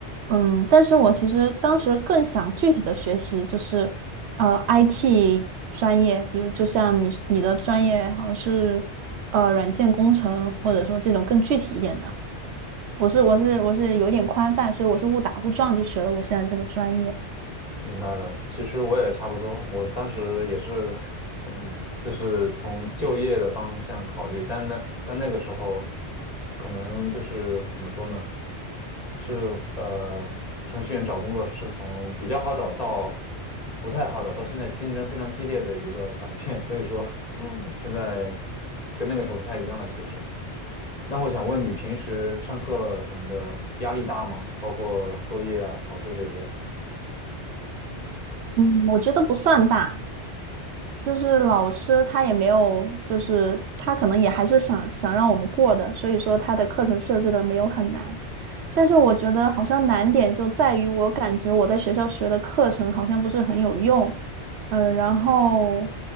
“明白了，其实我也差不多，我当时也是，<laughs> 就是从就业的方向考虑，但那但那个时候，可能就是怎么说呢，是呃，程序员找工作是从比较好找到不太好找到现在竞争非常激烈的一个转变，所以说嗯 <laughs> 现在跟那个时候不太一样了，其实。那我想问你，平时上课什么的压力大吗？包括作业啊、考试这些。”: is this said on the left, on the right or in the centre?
Left